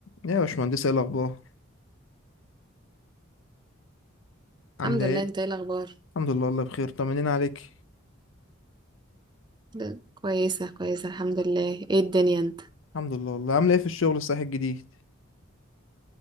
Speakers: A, on the left (about 70°); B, on the right (about 20°).
A: يا باشمهندس ايه الاخبار عامله
B: الحمد لله
A: ايه
B: انت ايه الاخبار
A: الحمد لله والله بخير طمنين عليك
B: ده- كويسه كويسه الحمد لله ايه الدنيا انت
A: الحمد لله والله عامله ايه في الشغل الصحي الجديد